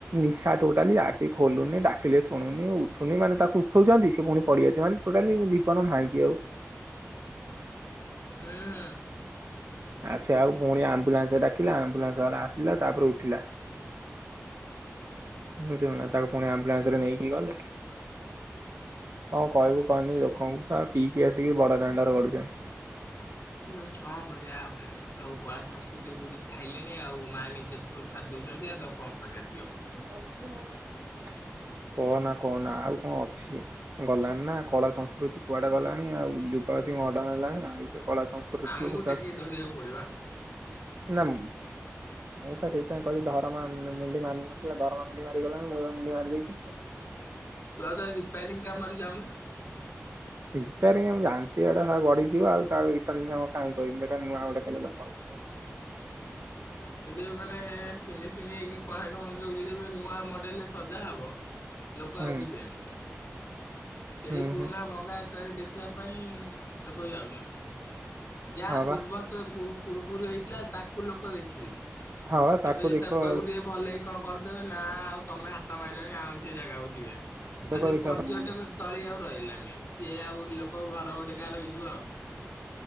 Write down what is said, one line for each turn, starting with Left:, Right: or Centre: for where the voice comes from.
Right: ନିଶା ଟୋଟାଲି ଆଖି ଖୋଲୁନି ଡା କିଲେ ଶୁଣୁନି ଉଠୁନି ମାନେ ତା ଉଠଉଚନ୍ତି ସେ ପୁଣି ପଡ଼ିଯାଇଛି ମାନେ ଟୋଟାଲି ଜୀବନ ନାହିଁ କି ଆଉ।
Left: ହୁଁ ହୁଁ।
Right: ଆ ସେ ଆଉ ପୁଣି ଆମ୍ବୁଲାନ୍ସ ଡାକିଲା ଆମ୍ବୁଲାନ୍ସ ବାଲା ଆସିଲା ତାପରେ ଉଠିଲା। ବୁଝିଲୁ ନା ତାକୁ ପୁଣି ଆମ୍ବୁଲାନ୍ସରେ ନେଇକି ଗଲେ। କଁ କହିବୁ କହନି ଲୋକଙ୍କୁ ସଳା ପିଇକି ଆସିକି ବଡ ଦାଣ୍ଡରେ ଗଡ଼ୁଚନ୍ତି।
Left: ଉଁ କଣ କରିବା ଆଉ ସବୁ କଳା ସଂସ୍କୃତି ବୁଡି ଖାଇଲେଣି ଆଉ। ମାନ ଇଜତ ସବୁ ସାରି ଦଉଚନ୍ତି ଆଉ ତାକୁ କଣ କରିବା? ସେ
Right: <unintelligible>
Left: ଲୋକଙ୍କୁ
Right: କହନା କହନା ଆଉ କଣ ଅଛି ଗଲାଣି ନାଁ କଳା ସଂସ୍କୃତି କୁଆଡେ ଗଲାଣି ଆଉ ଯୁଗ ଆସି ମଡ଼ନ୍ ହେଲାଣି ଆଉ। କୋଉ କଳା ସଂସ୍କୃତି
Left: ଆମକୁ
Right: କିଏ ପଚାରୁଛି?
Left: ଟେକିକି ଧରିବାକୁ ପଡିବ
Right: ନା ମ ମୁଁ ପା ସେଇଥିପାଇଁ କହିଲି ଧରମା ମୁଣ୍ଡି ମାର ନ କହିଲା ଧରମା ମୁଣ୍ଡି ମାରିଗଲାଣି ମୁଁ ଏବେ ମୁଣ୍ଡି ମାରି ଦେଇଚି ଆଉ।
Left: ତୁ ଆଉ ତ ରିପାରିଙ୍ଗ କାମରେ ଯାଉନୁ?
Right: ହେ ରିପାରିଂ ମୁଁ ଜାଣିଚି ଏଟା ଶଳା ଗଡିିଯିବ ଆଉ ତା ରିପାରିଂ କାମ କାଇଁ କିରିବି ବେକାର ନୂଆ ଗୋଟେ କଲେ ଲାଭ ଅଛି।
Left: ଏ ମାନେ ଫିନିସିଂ ହେଇକି। କୋଣାର୍କ ମନ୍ଦିରକୁ ଯଦି ଏବେ ନୂଆ ମଡେଲରେ। ସଜା ହବ। ଲୋକ
Right: ହୁଁ
Left: ଆଉ ଯିବେନି। ସେଇ
Right: ହୁଁ
Left: ପୁରୁଣା
Right: ହୁଁ
Left: ଭଙ୍ଗା। ତାଙ୍କେ ଦେଖିବା ପାଇଁ ଲୋକ ଯାଉଚନ୍ତି। ଯାହା
Right: ହଁ
Left: ପୂର୍ବ
Right: ବା
Left: ତ ପୂ ପୂର୍ବରୁ ହେଇଥିଲା ତାକୁ ଲୋକ ଦେଖିବେ।
Right: ହଁ ବା
Left: ଏବେ ଯଦି
Right: ଦେଖିବ
Left: ତାକୁ କହିବୁ ଟିକେ ଭଲକି। କଣ କରିଦେବେ ନା ଆଉ ତମେ ହାତ ମାରିଲଣି ଆଉ ସେ ଜାଗାକୁ ଯିବେନି। ଆଉ
Right: ଦେଖିବା
Left: ସେ ପର୍ଯ୍ୟଟକ
Right: ପାଇଁ
Left: ସ୍ଥଳୀ ଆଉ ରହିବ। ହେଲାନି ସିଏ ଆଉ ଲୋକ ଘର ଗୋଟେ କା ରହିଯିବ ଆଉ।